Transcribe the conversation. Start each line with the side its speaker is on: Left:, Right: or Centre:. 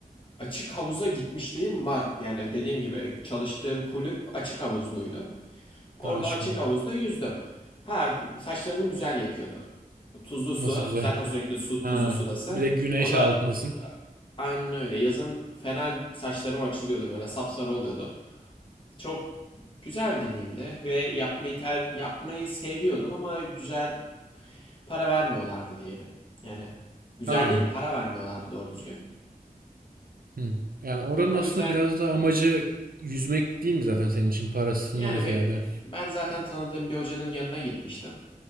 Left: açık havuza gitmişliğim var. Yani dediğim gibi çalıştığım kulüp açık havuzluydu. Orada
Right: Ha açık
Left: açık
Right: oğlum.
Left: havuzda yüzdüm. Ha saçlarımı güzel yakıyordu. Tuzlu su.
Right: Nasıl güzel.
Left: Zaten sürekli su,
Right: Ha
Left: tuzlu sudasın.
Right: bir de güneş
Left: O da
Right: altındasın.
Left: e, aynen öyle. Yazın fena saçlarım açılıyordu böyle sapsarı oluyordu. Çok güzel bir deneyimdi ve yapmayı ter, yapmayı seviyordum ama güzel para vermiyorlardı diyelim. Yani güzel
Right: Ha.
Left: değil para vermiyorlardı doğru düzgün.
Right: Hı. Yani oranın
Left: O
Right: aslında
Left: yüzden
Right: biraz da amacı yüzmek değil mi zaten senin için parasından
Left: yani
Right: ziyade?
Left: ben zaten tanıdığım bir hocanın yanına gitmiştim.